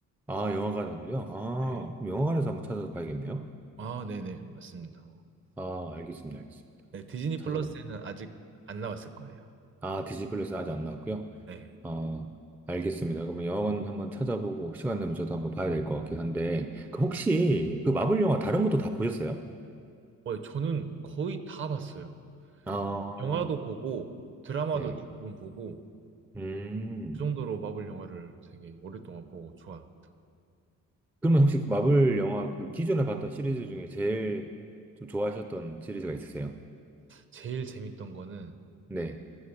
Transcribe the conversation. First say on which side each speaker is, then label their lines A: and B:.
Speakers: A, in the centre; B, on the right.
A: 아, 영화관에서요? 아,
B: 네.
A: 그럼 영화관에서 한번 찾아서 봐야겠네요.
B: 아, 네네, 맞습니다.
A: 아, 알겠습니다, 알겠습니다.
B: 네, 디즈니
A: 찾아봐야겠다.
B: 플러스에는 아직 안 나왔을 거예요.
A: 아, 디즈니 플러스 아직 안 나왔고요.
B: 네.
A: 어, 알겠습니다. 그러면 영화관 한번 찾아보고 시간 되면 저도 한번 봐야 될 것 같긴 한데, 그
B: 네.
A: 혹시 그 마블 영화 다른 것도 다 보셨어요?
B: 어, 저는 거의 다 봤어요.
A: 아,
B: 영화도 보고, 드라마도
A: 네.
B: 대부분 보고,
A: 음.
B: 그 정도로 마블 영화를 되게 오랫동안 보고 좋아합니다.
A: 그러면 혹시 그 마블 영화 그 기존에 봤던 시리즈 중에 제일 좀 좋아하셨던 시리즈가 있으세요?
B: 제일 재밌던 거는,
A: 네.